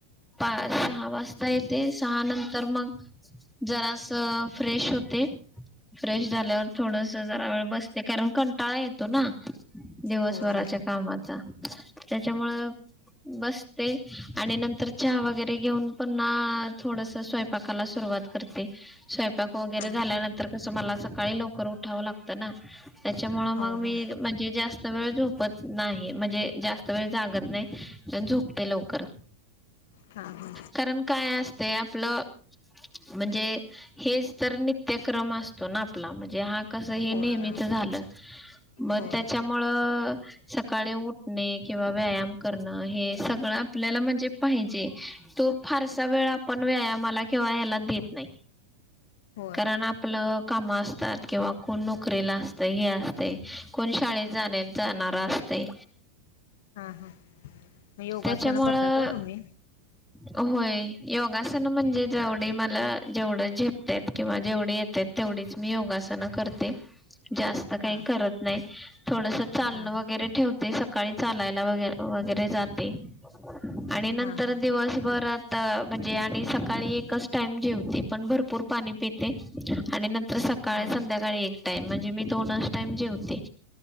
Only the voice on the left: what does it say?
होय
हा
हो
हो
हा हा
होय
होय
हो.
हा. हा. मग योगासनं
करतात का तुम्ही
हां
हां
हां
हां हां
हां